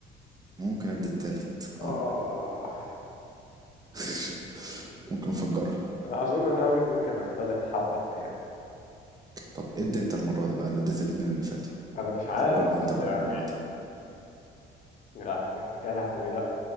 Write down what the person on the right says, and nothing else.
ممكن ادي التالت
اه <laughs> ممكن افجرها
طب إيه ادي انت المرة دي بقى انا اديت الاتنين اللي فاتوا
فجرها انت
بقى
المرة دي